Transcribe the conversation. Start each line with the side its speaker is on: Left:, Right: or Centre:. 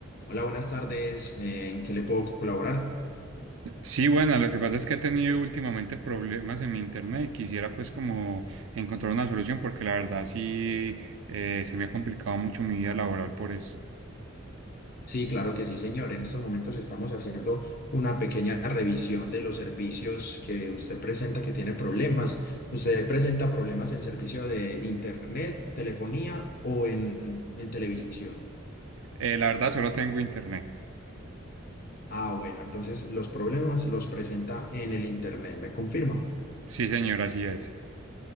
Left: Hola, buenas tardes. Eh, ¿En qué le puedo colaborar?
Right: Sí, bueno, lo que pasa es que he tenido últimamente problemas en mi internet y quisiera pues como encontrar una solución porque la verdad sí eh, se me ha complicado mucho mi vida laboral por eso.
Left: Sí, claro que sí, señor. En estos momentos estamos haciendo una pequeña revisión de los servicios que usted presenta que tiene problemas. ¿Usted presenta problemas en servicio de internet, telefonía o en, en televisión?
Right: Eh, la verdad solo tengo internet.
Left: Ah, bueno, entonces los problemas los presenta en el internet, ¿me confirma?
Right: Sí, señor, así es.